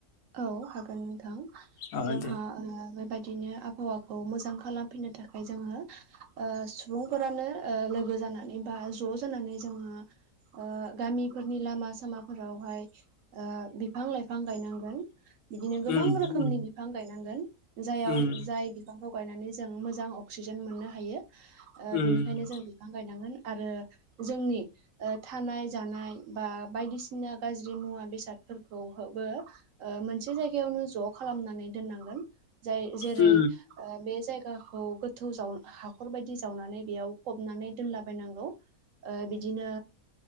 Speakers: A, on the right; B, on the left.
A: औ हागोन नोंथां।
B: अ
A: जोंहा
B: दे
A: ओ बेबायदिनो आब हावाखौ मोजां खालामफिननो थाखाय जोङो ओ सुबुंफोरानो लोगो जानानै बा ज' जानानै जोङो ओ गामिफोरनि लामा सामाफोरावहाय ओ बिफां लाइफां गायनांगोन बिदिनो गोबां
B: उम
A: रोखोमनि
B: उम
A: बिफां गायनांगोन जाययाव
B: उम
A: जाय बिफांखौ गायनानै जों मोजां अक्सिजेन मोननो हायो। ओ
B: उम
A: बेनिखायनो जों बिफां गायनांगोन। आरो जोंनि ओ थानाय जानाय बा बायदिसिना गाज्रि मुवा बेसादफोरखौबो ओ मोनसे जायगायावनो ज' खालामनानै दोननांगोन। जाय जेरै
B: उम
A: ओ बे जायगाखौ गो थौ जाव हाखरबायदि जावनानै बेयाव फबनानै दोनला बायनांगौ। बिदिनो